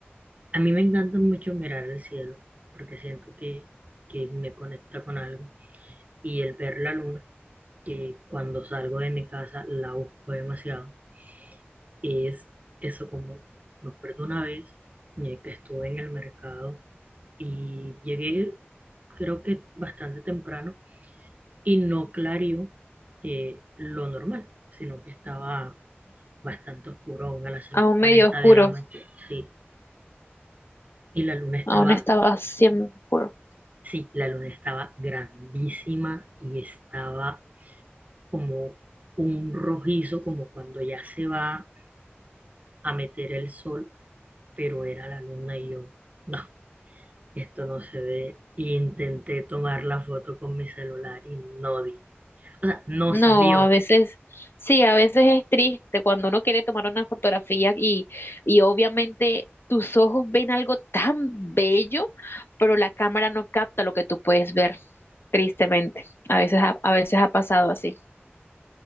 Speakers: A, on the right (about 35°); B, on the left (about 65°).
A: A mí me encanta mucho mirar el cielo, porque siento que, que me conecta con algo. Y el ver la luna que cuando salgo de mi casa la busco demasiado. Y es eso como, me acuerdo una vez eh, que estuve en el mercado y llegué creo que bastante temprano y no clarió eh, lo normal, sino que estaba bastante oscuro aún a las cinco
B: aún
A: y cuarenta
B: medio oscuro,
A: de la mañana. Sí, y la luna estaba,
B: aún estaba siempre oscuro.
A: sí, la luna estaba grandísima y estaba como un rojizo, como cuando ya se va a meter el sol pero era la luna y yo, no, esto no se ve. Y intenté tomar la foto con mi celular y no di. O sea, no
B: No,
A: salió.
B: a veces, sí, a veces es triste cuando uno quiere tomar una fotografía y, y obviamente tus ojos ven algo tan bello, pero la cámara no capta lo que tú puedes ver, tristemente. A veces, ha- a veces ha pasado así.